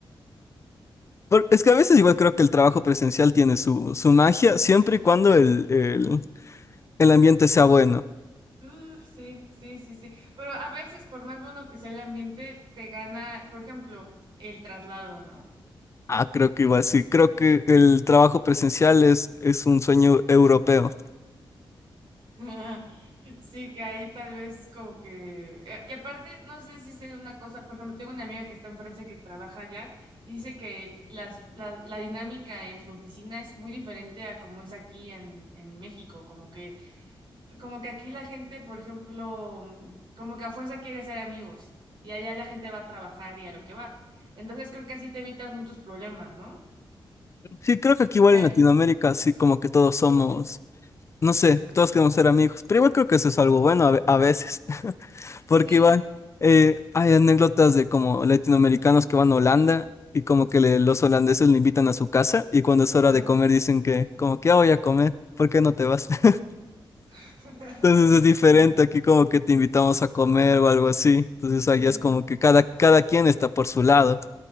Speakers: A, on the left; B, on the right.
A: Por- es que a veces igual creo que el trabajo presencial tiene su, su magia, siempre y cuando el, el el ambiente sea bueno.
B: Uf, sí, sí, sí, sí. Pero a veces, por más bueno que sea el ambiente, te gana, por ejemplo, el traslado, ¿no?
A: Ah, creo que igual sí. Creo que el trabajo presencial es, es un sueño europeo.
B: <laughs> Sí, que ahí tal vez como que... Y y aparte, no sé si sea una cosa, por ejemplo, tengo una amiga que está en Francia que trabaja allá y dice que las, la, la dinámica en su oficina es muy diferente a como es aquí en, en México, como que como que aquí la gente, por ejemplo, mm, como que a fuerza quiere ser amigos y allá la gente va a trabajar y a lo que va. Entonces creo que así te evitas muchos problemas, ¿no?
A: Sí, creo que aquí igual
B: Ya,
A: en
B: el-
A: Latinoamérica, sí, como que todos somos, no sé, todos queremos ser amigos, pero igual creo que eso es algo bueno a, ve- a veces, <laughs> porque
B: Sí,
A: igual eh, hay anécdotas de como latinoamericanos que van a Holanda y como que le- los holandeses le invitan a su casa y cuando es hora
B: ajá,
A: de comer dicen que como que "Ah, voy a comer, ¿por qué no te vas? <laughs>
B: <laughs>
A: Entonces es diferente,
B: sí,
A: aquí como que te invitamos a comer o algo así. Entonces
B: sí.
A: allá es como que cada, cada quien está por su lado.